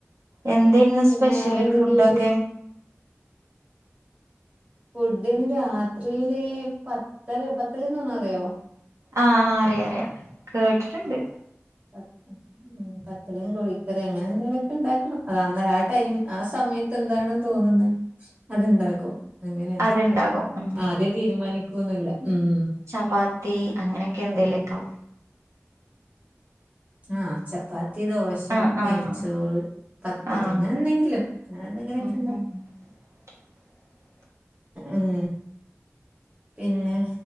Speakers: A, on the right; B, on the right.
A: എന്തേര്ന്നു
B: പിന്നെ
A: സ്പെഷ്യല്
B: വേറെന്തൊക്കെയ
A: ഫുഡൊക്കെ
B: വിശേഷം ഫുഡിന് രാത്രിയില് പത്തര പത്തല്ന്ന് പറന്ന അറിയോ
A: ആഹ് അറിയ അറിയ കേട്ടിട്ടുണ്ട്
B: ആഹ് ഉം പത്തലും കോഴിക്കറി അങ്ങനെ എന്തെലൊക്കെ ണ്ടാക്കണം അത് അന്ന ആ ടൈം ആ സമയത്ത് എന്താണോ തോന്നുന്നത് അത്ണ്ടാക്കും അങ്ങനെയ
A: അത്ണ്ടാകും ഉം
B: ആത്യെ തീരുമാനിക്കന്നില്ല ഉം
A: ചബാത്തി അങ്ങനെയൊക്കെ എന്തെലുക്ക ആവും
B: ആ ചപ്പാത്തി ദോശ
A: ആഹ്
B: നെയ്ച്ചോറ്
A: ആഹ്
B: പത്തല്ല്
A: ആഹ്
B: അങ്ങനെ എന്തെങ്കിലും അങ്ങനെ എന്തെങ്കിലൊക്കെ
A: ഉം
B: ഉണ്ടാ
A: ഉം
B: ക്കും
A: <inaudible>
B: ഉം പിന്നെ